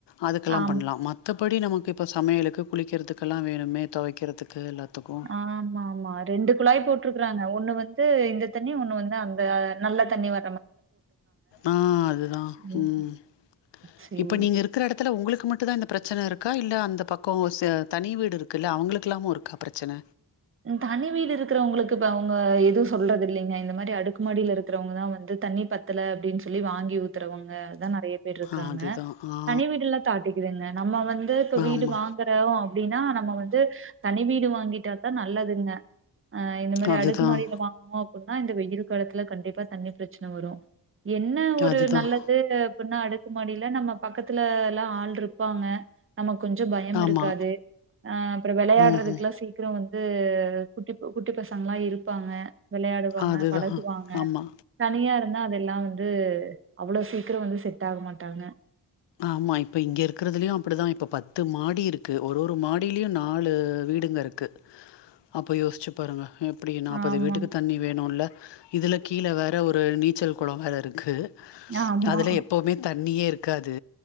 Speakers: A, on the left; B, on the right.
A: அதுக்கெல்லாம்
B: ஆமா.
A: பண்லாம் மத்த படி நமக்கு இப்போ சமையலுக்கு குளிக்கிறதுக்கெல்லாம் வேணுமே துவைக்கிறதுக்கு எல்லா த்துக்கு
B: ஆமா ஆமா ரெண்டு குழாய் போட்டிருக்குறாங்க ஒண்ணு வந்து இந்த தண்ணி ஒண்ணு வந்து அந்த நல்ல தண்ணி வ
A: ஆஹ் அதுதான்
B: ம்.
A: உம்
B: சரி.
A: இப்ப நீங்க இருக்கிற இடத்துல உங்களுக்கு மட்டும் தா இந்த பிரச்சன இருக்கா இல்ல அந்த பக்கோ ச தனி வீடு இருக்குல்ல அவுங்களுக்கெல்லாமு இருக்கா பிரச்சன
B: தனி வீடு இருக்கிறவங்களுக்கு இப்ப அவுங்க எதுவும் சொல்றது இல்லைங்க இந்த மாரி அடுக்குமாடில இருக்கிறவங்கதான் வந்து தண்ணி பத்தல அப்டின்னு சொல்லி வாங்கி ஊத்துறவங்க தான் நெறைய பேர் இருக்கிறாங்க
A: ஆ அதுதான். ஆ.
B: தனி வீடு எல்லாம் தாட்டிக்குதுங்க நம்ம வந்து இப்ப வீடு
A: ஆமா.
B: வாங்கறோம் அப்டின்னா நம்ம வந்து தனி வீடு வாங் ங்கிட்டா நல்லதுங்க அஹ் இந்த மாதிரி
A: அதுதான்.
B: அடுக்கு மாடில வாங்குனோம் அப்டின்னா இந்த வெயில் காலத்துல கண்டிப்பா தண்ணி பிரச்சனை வரும் என்ன ஒரு
A: அதுதான்.
B: நல்லது அப்டின்னா அடுக்கு மாடில நம்ம பக்கத் துலலாம் ஆள் இருப்பாங்க நமக் கொஞ்சோ பயம்
A: ஆமா
B: இருக்காது ஆஹ் அப்புறம் விளையாடுறதுக்கெல்லாம்
A: ம் ம்
B: சீக்கிரம் வந்து து குட்டி குட்டி பசங் களாம் இருப்பாங்க விளையாடுவாங்க
A: அதுதா
B: பழகுவாங்க
A: ஆமா
B: தனியா இருந்தா அதெல்லாம் வந்து அவ்ளோ சீக்கிரம் வந்து செட் ஆக மாட்டாங்க
A: ஆமா இப்போ இங்க இருக்கிறதுலயும் அப்டிதான் இப்போ பத்து மாடி இருக்கு ஒரு ஒரு மாடிலயும் நாலு வீடுங்க இருக்கு அப்போ யோசிச்சு பாருங்க எப்டியு நாப்பது
B: ஆமாங்
A: வீட்டுக்கு தண்ணி வேணுல்ல இதுல கீழே வேற ஒரு நீச்சல் குளம் வேற இருக்கு
B: ஆமா
A: அதுல எப்பவுமே தண்ணியே இருக் து